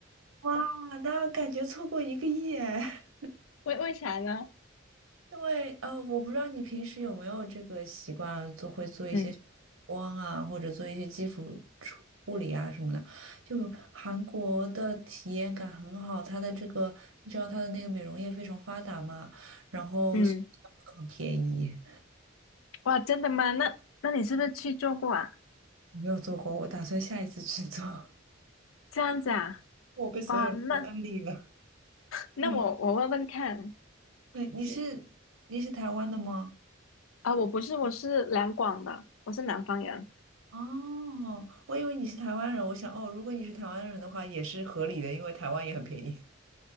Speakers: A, on the right (about 85°); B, on the left (about 85°).
A: 哇，那感觉错过一个亿哎。
B: <laughs> 为为啥呢？
A: 因为呃，我不知道你平时有没有这个习惯，做会做一些
B: 嗯
A: 光啊，或者做一些基础处护理啊什么的。就韩国的体验感很好，它的这个你知道它的那个美容业非常发达嘛，然后所有项目都很便宜。
B: 嗯，哇，真的吗？那那你是不是去做过啊？
A: 没有做过，我打算下一次去做。<laughs>
B: 这样子啊？
A: 我被所有人都安利了。
B: 哇，那那我我问问看
A: 嗯，对，你是你是台湾的吗？
B: 啊，我不是，我是两广的，我是南方人。
A: 哦，我以为你是台湾人，我想哦，如果你是台湾人的话，也是合理的，因为台湾也很便宜。